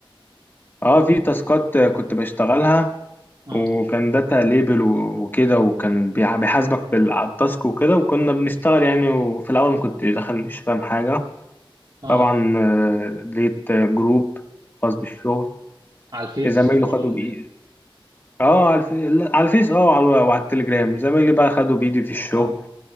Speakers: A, on the left; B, on the right.
A: آه، في تاسكات كنت بشتغلها
B: اه
A: وكان داتا ليبل وكده وكان بيح- بيحاسبك بالتاسك وكده وكنا بنشتغل يعني وفي الاول ما كنت داخل مش فاهم حاجة
B: اه
A: طبعا آه، لقيت آه، جروب خاص بالشغل
B: على الفيس
A: زمايله
B: بقى
A: خدوا
B: ولا
A: بإيدي
B: ايه
A: اه على الف- لا، على الفيس اه وعلى وعلى التليجرام زمايلي بقى خدوا بإيدي في الشغل
B: اه